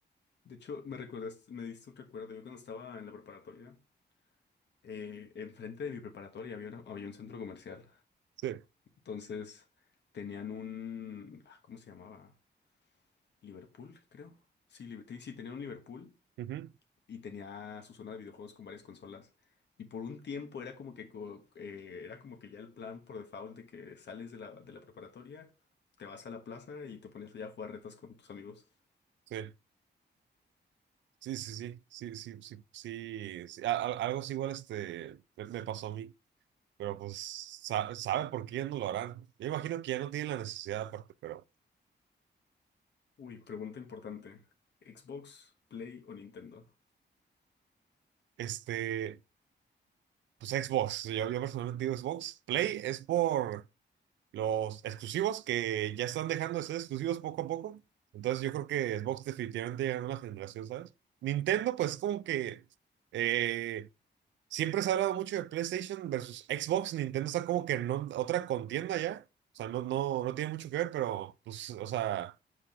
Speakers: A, on the left (about 70°); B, on the right (about 80°).
A: De hecho, me recuerdas, me diste un recuerdo, yo cuando estaba en la preparatoria, eh, enfrente de mi preparatoria había, una- había un centro comercial,
B: Sí.
A: entonces tenían un, ah, ¿cómo se llamaba? Liverpool, creo. Sí, Liber- sí, tenían un Liverpool
B: Ujú,
A: y tenía su zona de videojuegos con varias consolas. Y por un tiempo era como que, co- eh, era como que ya el plan por default de que sales de la, de la preparatoria, te vas a la plaza y te pones allá a jugar retas con tus amigos.
B: Sí, sí, sí, sí, sí, sí, sí, sí, sí, a- a- algo así igual este, me, me pasó a mí, pero pues sa- saben por qué ya no lo harán. Yo imagino que ya no tienen la necesidad aparte, pero
A: Uy, pregunta importante. ¿Xbox, Play o Nintendo?
B: este, pues Xbox, yo, yo personalmente digo Xbox, Play es por... los exclusivos que ya están dejando de ser exclusivos poco a poco. Entonces yo creo que Xbox definitivamente llega a una generación, ¿sabes? Nintendo, pues como que eh, siempre se ha hablado mucho de PlayStation versus Xbox. Nintendo está como que en on- otra contienda ya. O sea, no, no, no tiene mucho que ver, pero pues, o sea,